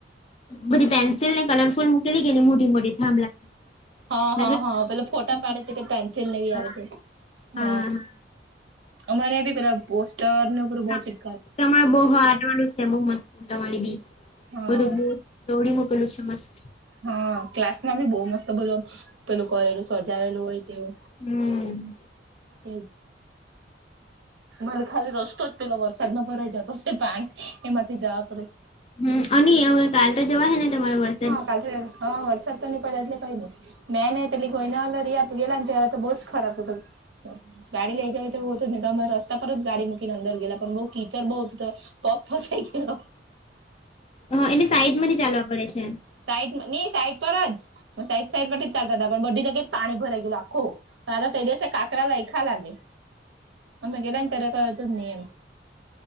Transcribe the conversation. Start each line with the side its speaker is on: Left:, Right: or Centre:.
Left: બધી પેન્સિલ ને કલરફુલ મુકેલી કેની મોટી મોટી થાંભલા
Right: હ
Left: મેં
Right: હ
Left: કીધું
Right: હ
Left: મને
Right: પેલા
Left: બહુ જ
Right: ફોટા
Left: ગમતી
Right: પાડે
Left: છે.
Right: તે પેન્સિલ નેવી
Left: હા
Right: આવે તે
Left: હા
Right: હ અમારે બી પેલા પોસ્ટર નેવ બધુ બો
Left: હા
Right: ચી
Left: તમારે બહ હાટવાડું છે બહ મસ્ત તમારી બી
Right: હા
Left: બધું બ દોડી મોકલું છે મસ્ત
Right: હા ક્લાસમાં બી બો મસ્ત બધું પેલું કરેલું સજાવેલું હોય તેવું
Left: હમ.
Right: એજ મારે ખાલી રસ્તો જ પેલો વરસાદમાં ભરાઈ જતો શે પા એમાંથી જવા પડે
Left: હમ્મ અને હવે કાલ તો જવા હ ને તમારા વર્ષ
Right: હા કાાલથી હા વરસાદ તો નહી પડે એટલે કઈ નઈ મેં ને પેલી કોોઈના વા રિયા તો ગેલા અને ત્યારેલા તો બહુ જ ખરાબ હતો. ગાડી લેયજ વય તો હોત નહી તમે રસ્તા પર જ ગાડી મકીને અંદર ગેલા પણ બહુ કીચડ બહુત તો પગ ફસાઈ ગેલો
Left: હા એને સાઈડમાં ચાલવા પડે છે.
Right: સાઈટ નહી સાઈટ પર જ સાઈટ સાઈડ પર જ ચાલતા હતા પણ બધ જગ્યા જ પાણી ભરાય ગયું આખો તે દિવસે કાકડા લાયખા લાગે અમે ગેલા ને ત્યારે ક હતું નિયમ